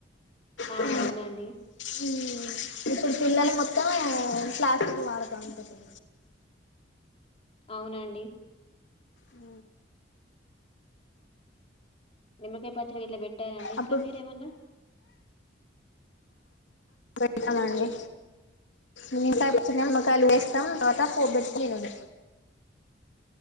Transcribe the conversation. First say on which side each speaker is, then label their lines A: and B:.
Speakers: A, on the left; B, on the left.
A: ఆ
B: హ్మ్
A: అవునండి
B: హ్మ్ ఇప్పుడు పిల్లలు మొత్తం ప్లాస్టిక్ వాడతా ఉంటరు
A: అవునండి
B: ఆ
A: నిమకాయ్ ప <unintelligible> ఎట్లా పెట్టారండి
B: అప్పుడు
A: ఇంకా మీరేమన్నా
B: పెడతామండి నిమ్మకాయ పచ్చడి లో నిమ్మకాయలు వేస్తాం తర్వాత పోపుబెట్టి తినుడు